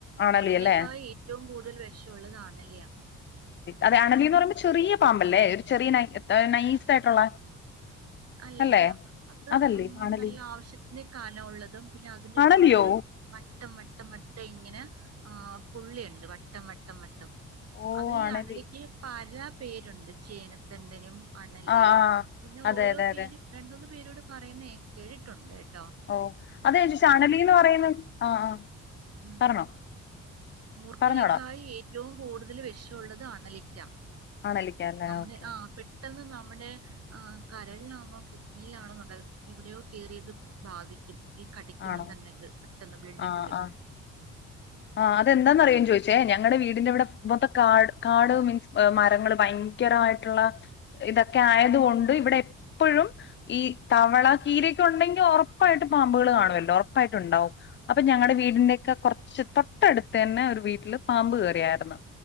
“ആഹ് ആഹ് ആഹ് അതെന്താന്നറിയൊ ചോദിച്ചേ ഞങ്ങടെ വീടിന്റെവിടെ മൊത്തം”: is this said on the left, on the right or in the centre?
Left